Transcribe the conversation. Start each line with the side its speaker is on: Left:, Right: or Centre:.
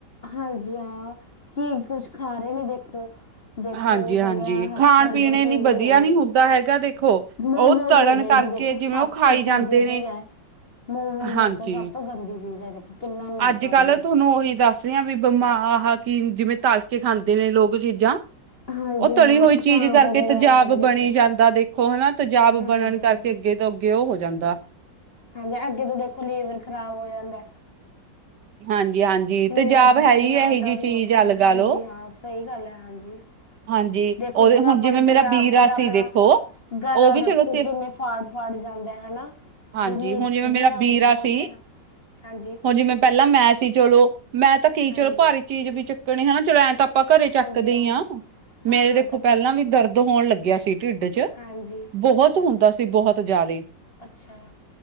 Left: ਹਾਂਜੀ ਹਾਂ ਕੀ ਕੁਝ ਖਾ ਰਹੇ ਨੀ ਦੇਖੋ ਦੇਖੋ
Right: ਹਾਂਜੀ-ਹਾਂਜੀ
Left: ਹੋ ਗਿਆ
Right: ਖਾਣ
Left: ਬਰਗਰ
Right: ਪੀਣ
Left: ਪੀਜ਼ੇ
Right: ਨੀ ਵਧੀਆ
Left: ਹੋ ਗਏ
Right: ਨੀ ਹੁੰਦਾ ਹੈਗਾ ਦੇਖੋ
Left: ਮੋਮੋਜ
Right: ਉਹ ਤਲਣ
Left: ਹੋ ਗਏ
Right: ਕਰਕੇ
Left: ਜੀ, ਦੇਖੋ
Right: ਜਿਵੇਂ
Left: ਸਭ
Right: ਉਹ ਖਾਈ
Left: ਤੋਂ
Right: ਜਾਂਦੇ
Left: ਗੰਦੀ ਚੀਜ਼
Right: ਨੇ
Left: ਹੈ, ਮੋਮੋਜ਼
Right: ਹਾਂਜੀ
Left: ਦੇਖੋ ਸਭ ਤੋਂ ਗੰਦੀ ਚੀਜ਼ ਹੈ। ਕਿੰਨਾ ਮੈਦਾ
Right: ਅੱਜ
Left: ਉਹਦੇ
Right: ਕੱਲ
Left: ਵਿੱਚ।
Right: ਤੁਹਾਨੂੰ ਉਹੀ ਦੱਸ ਸ ਵੀ ਬਿਮ ਆਹ ਕਿ ਜਿਵੇਂ ਤਲਕੇ ਖਾਂਦੇ ਨੇ ਲੋਕ ਚੀਜ਼ਾਂ
Left: ਹਾਂ।
Right: ਉਹ ਤਲੀ ਹੋਈ ਚੀਜ਼
Left: ਚਾਂਪ
Right: ਕਰਕੇ
Left: ਵਗੈਰਾ
Right: ਤਜ਼ਾਬ
Left: ਹੋ ਗਏ ਦੇਖੋ।
Right: ਬਣੀ ਜਾਂਦਾ ਦੇਖੋ ਹਨਾ ਤਜ਼ਾਬ
Left: ਹਾਂਜੀ
Right: ਬਣਨ
Left: ਹਾਂ,
Right: ਕਰਕੇ ਅੱਗੇ ਅੱਗੇ ਉਹ ਹੋ ਜਾਂਦਾ
Left: ਹਾਂਜੀ, ਅੱਗੇ ਤੋਂ ਦੇਖੋ ਲੀਵਰ ਖ਼ਰਾਬ ਹੋ ਜਾਂਦਾ।
Right: ਹਾਂਜੀ, ਹਾਂਜੀ
Left: ਲੀਵਰ
Right: ਤੇਜਾਬ
Left: 'ਚ
Right: ਹੈ
Left: ਚਕਨਾਹਟ
Right: ਹੀ ਇਹੀ
Left: ਆਉਣ
Right: ਜੀ ਚੀਜ਼
Left: ਲੱਗ ਜਾਂਦੀ
Right: ਆ ਲਗਾ
Left: ਹਾਂਜੀ
Right: ਲੋ।
Left: ਹਾਂ, ਸਹੀ ਗੱਲ ਹੈ, ਹਾਂਜੀ
Right: ਹਾਂਜੀ
Left: ਦੇਖੋ
Right: ਉਹਦੇ
Left: ਜਦੋਂ
Right: ਹੁਣ
Left: ਆਪਾਂ
Right: ਜਿਵੇਂ
Left: ਨੂੰ
Right: ਮੇਰਾ
Left: ਤੇਜ਼ਾਬ
Right: ਵੀਰਾ
Left: ਹੁੰਦਾ ਆਪਣਾ
Right: ਸੀ ਦੇਖੋ
Left: ਗਲਾਾਂ
Right: ਉਹ ਵੀ
Left: ਦੇਖੋ
Right: ਚਲੋ ਤੇ
Left: ਕਿਵੇਂ ਫਾੜ ਫਾੜ ਜਾਂਦੈ ਹਨਾ।
Right: ਹਾਂਜੀ
Left: ਵੀ ਮਿਰਚ
Right: ਹੁਣ ਜਿਵੇਂ
Left: ਜੀ
Right: ਮੇਰਾ
Left: ਵਾਂਗੂ
Right: ਵੀਰਾ
Left: ਬਹੁਤ
Right: ਸੀ
Left: ਜ਼ਿਆਦਾ, ਹਾਂਜੀ
Right: ਹੁਣ ਜਿਵੇਂ ਪਹਿਲਾਂ ਮੈਂ ਸੀ ਚਲੋ, ਮੈਂ ਤਾਂ ਕਹੀ
Left: ਹਾਂਜੀ
Right: ਚਲੋ ਭਾਰੀ ਚੀਜ਼ ਵੀ ਚੱਕਣੀ ਹਨਾ ਚਲੋ ਐਂ ਤਾਂ ਆਪਾਂ ਘਰੇ ਚੱਕਦੇਈ
Left: ਹਾਂਜੀ ਹਾਂਜੀ
Right: ਹਾਂ, ਮੇਰੇ
Left: ਹਾਂ ਹਾਂ
Right: ਦੇਖੋ
Left: ਚੱਕਦੇ
Right: ਪਹਿਲਾਂ
Left: ਹਾਂ
Right: ਵੀ ਦਰਦ ਹੋਣ ਲੱਗਿਆ ਸੀ। ਢਿੱਡ ਚ,
Left: ਹਾਂਜੀ
Right: ਬਹੁਤ
Left: ਅੱਛਾ
Right: ਹੁੰਦਾ ਸੀ ਬਹੁਤ ਜ਼ਿਆਦਾ ਹੀ।
Left: ਅੱਛਾ